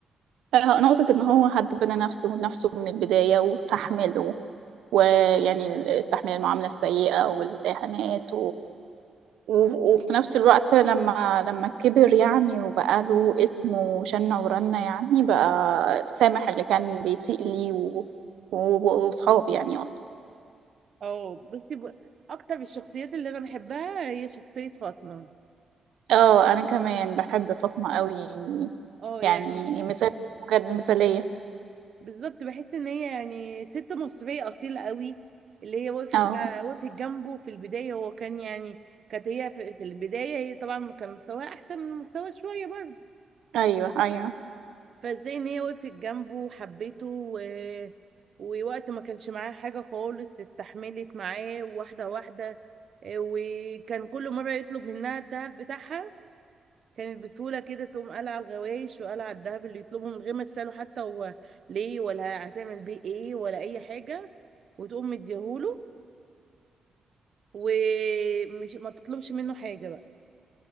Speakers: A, on the right; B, on the right.
A: آه، نقطة إن هو حد بنى نفسه نفسه من البداية واستحمل و- ويعني استحمل المعاملة السيئة والإهانات وف- وفي نفس الوقت لما لما كبر يعني وبقى له اسم وشنة ورنة يعني بقى سامح اللي كان بيسيء لي و- و- وصحاب يعني اصلا
B: اه بصي ب... أكتر الشخصيات اللي أنا بحبها هي شخصية فاطمة
A: اه انا كمان بحب فاطمة قوي
B: اه
A: يعني
B: يعني
A: مثال <laughs> بجد مثالية
B: بالظبط بحس إن هي يعني ست مصرية أصيلة قوي اللي هي وقفت
A: اه
B: بقى وقفت جنبه في البداية هو كان يعني كانت هي في, في البداية هي طبعا كان مستواها أحسن من مستوى شوية برضه
A: ايوه ايوه
B: فازاي ان هي وقفت جنبه وحبته و... ووقت ما كانش معاه حاجة خالص استحملت معاه واحدة واحدة إيه، وكان كل مرة يطلب منها الدهب بتاعها كانت بسهولة كده تقوم قالعة على الغوايش وقالعة على الدهب اللي يطلبه من غير ما تسأله حتى هو ليه ولا هتعمل بيه ايه ولا أي حاجة وتقوم مديهوله ومش ما تطلبش منه حاجة بقى